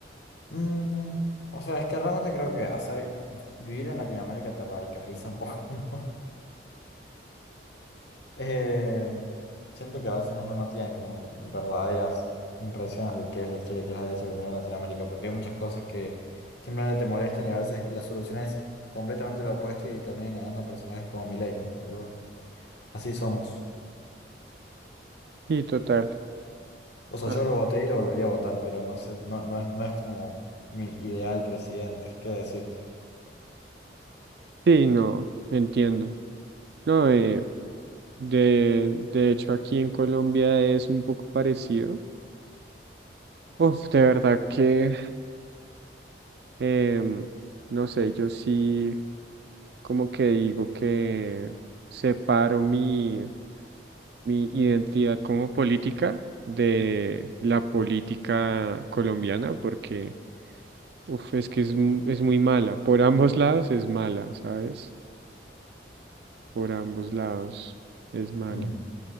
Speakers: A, on the left (about 70°); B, on the right (about 60°).
A: Mm, o sea, es que realmente creo que hacer vivir en Latinoamérica te radicaliza un poco, <laughs> ¿no? Eh, siento que a veces uno no tiene como verdaderas impresiones de qué es la izquierda y qué es la derecha cuando vive en Latinoamérica, porque hay muchas cosas que simplemente te molestan y a veces la solución es completamente lo opuesto y terminan ganando personajes como Milei, ¿no? Pero bueno, así somos.
B: Sí, total.
A: O sea,
B: Ah,
A: yo lo voté y lo volvería a votar, pero no sé, no, no es, no es como mi ideal presidente, es que decirte.
B: Sí, no, entiendo. No, eh, de, de hecho aquí en Colombia es un poco parecido. Uf, de verdad que, em, no sé, yo sí como que digo que separo mi, mi identidad como política de la política colombiana porque, uf, es que es, mu- es muy mala. Por ambos lados es mala, ¿sabes? Por ambos lados es mala.
A: Hmm.